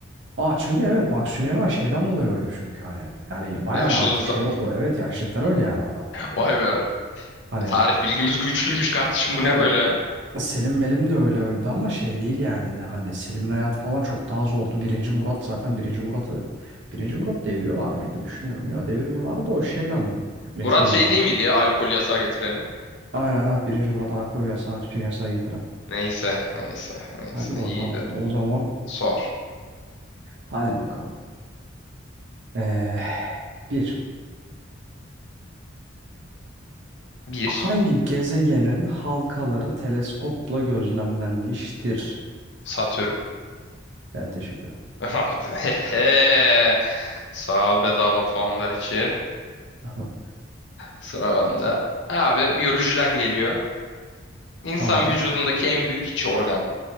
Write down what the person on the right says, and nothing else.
Aa çünkü evet bak Süleyman şeyden dolayı öldü çünkü hani. Yani bayağı
artık şey oldu. Evet yaşlıktan öldü yani o adam.
Hani
hayır
Selim Melim de öyle öldü ama şey değil yani yine hani Selim'in hayatı falan çok daha zordu. Birinci Murat zaten birinci Murat'ı birinci Murat deviriyorlar mıydı düşünüyorum. Ya devirmiyorlardı da o şeyden meşhur
zaten.
Aynen ha birinci Murat alkol yasağı tütün yasağı getiren.
Hadi bakalım.
O zaman
hadi bakalım. Ee, bir.
Hangi gezegenin halkaları teleskopla gözlemlenmiştir?
Evet teşekkür ederim.
<laughs> Tamam.
Tamam.